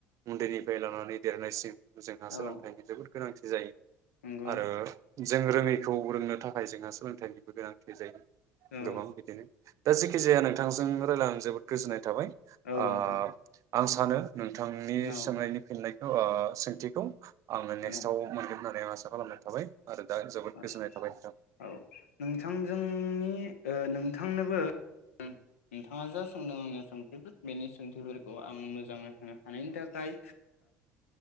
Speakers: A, on the right (about 45°); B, on the left (about 75°).
A: उन्दैनिफ्राय लानानै देरनायसिम जोंहा सोलोंथाइनि
B: औ
A: जोबोद गोनांथि। जायो।
B: नंगौ
A: आरो जों रोङै खौ रोंनो थाखाय जोंहा सोलोंथाइनिबो गोनांथि जायो।
B: औ
A: गोबां बिदिनो दा जेखि जाया नोंथांजों रायजलायनो जोबोद गोजोन्नाय थाबाय
B: औ
A: आ
B: नोंथां
A: आं सानो नोंथांनि
B: औ
A: सोंनायनि फिननाय ओ सोंथिखौ आङो नेक्स्टआव
B: औ
A: मोनगोन आरो दे आसा खालामनाय थाबाय आरो दा जोबोद
B: औ
A: थाबाय नोंथां।
B: औ नोंथांजोंनि नोंथांनोबो नोंथाङा जा सोंदों आंनि सोंथिफोर बेनि सोंथिफोरखौ आङो मोजाङै होनो हानायनि थाखाय